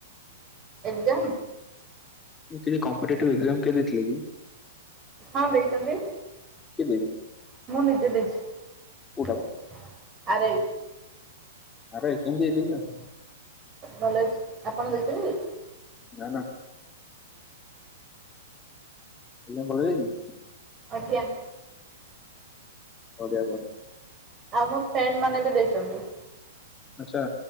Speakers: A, on the right; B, on the left.
A: ଏକକ୍ଜାମ।
B: ମୁଁ କହିଲି କିଏ କମ୍ପିଟେଟିଭ ଏକ୍ଜାମ କିଏ ଦେଇଥିଲେ କି?
A: ହଁ ଦେଇଛନ୍ତି।
B: କିଏ ଦେଇଛନ୍ତି।
A: ମୁଁ ନିଜେ ଦେଇଛି
B: କୋଉଟା ବା
A: ଆରାଇ।
B: ଆ ରା ଇ କେମିତି ହେଇଛି ଏଜାମ୍?
A: ଭଲ ହେଇଛି ଆପଣ ଦେଇଥିଲେ କି?
B: ନା ନା। <unintelligible>
A: ଆଜ୍ଞା।
B: ବଡ଼ିଆ।
A: ଆଉ ମୋ ଫ୍ରେଣ୍ଡ ମାନେ ବି ଦେଇଛନ୍ତି।
B: ଆଚ୍ଛା